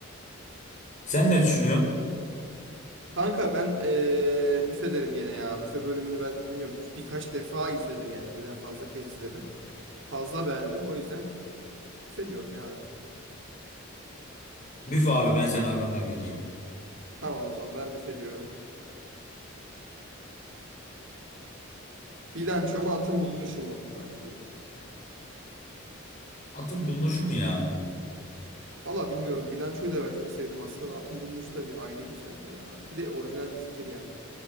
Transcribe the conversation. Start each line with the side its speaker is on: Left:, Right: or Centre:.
Left: Sen ne düşünüyorsun?
Right: Kanka ben eee büfe derim gene ya. Büfe bölümünü ben bilmiyorum birkaç defa izledim yani birden fazla kez izledim. Fazla beğendim. O yüzden büfe diyorum yani.
Left: Büfe abi ben senin arkamdan geleceğim.
Right: Tamam o zaman ben büfe diyorum. Bilanço mu atın bulunuşu mu? Hadi buyurun.
Left: Atın bulunuşu mu ya?
Right: Valla bilmiyorum. Bilançoyu da ben çok sevdim. Aslında da atın bulunuşu da bir ayrı güzeldi ya. Bir de orijinal bir fikir ya.